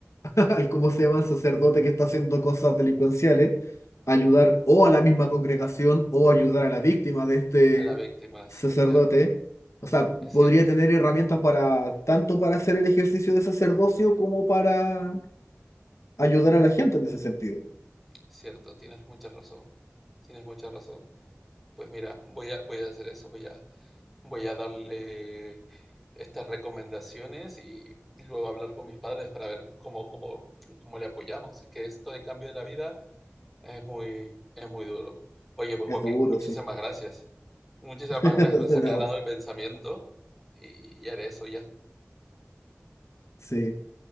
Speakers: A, on the left; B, in the centre.
A: al cómo se llama el sacerdote que está haciendo cosas delincuenciales, ayudar o a la misma congregación o ayudar a la víctima de este
B: a las víctimas,
A: sacerdote.
B: es cierto,
A: O sea,
B: es
A: podría
B: cierto,
A: tener herramientas para tanto para hacer el ejercicio de sacerdocio como para ayudar a la gente en ese sentido.
B: cierto, tienes mucha razón, tienes mucha razón. Pues mira, voy a, voy a hacer eso, voy a, voy a darle estas recomendaciones y luego hablar con mis padres para ver cómo, cómo, cómo le apoyamos. Es que esto de cambio de la vida Es muy, es muy duro. Oye, pues
A: Es
B: Joaquín,
A: duro,
B: muchísimas
A: sí.
B: gracias. Muchísimas
A: <laughs>
B: gracias, me has
A: De
B: aclarado
A: nada.
B: el pensamiento y ya era eso, ya.
A: Sí.